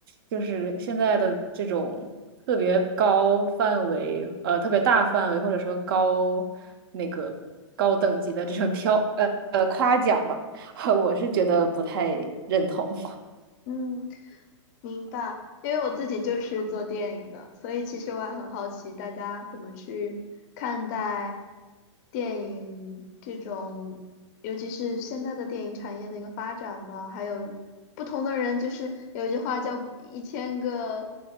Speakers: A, on the right (about 45°); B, on the left (about 35°).
A: 就是现在的这种特别高范围，呃，特别大范围或者说高那个高等级的这种票，呃呃夸奖吧，<laughs> 我是觉得不太认同。
B: 嗯。明白，因为我自己就是做电影的，所以其实我还很好奇大家怎么去看待电影这种，尤其是现在的电影产业的一个发展吧，还有不同的人，就是有一句话叫一千个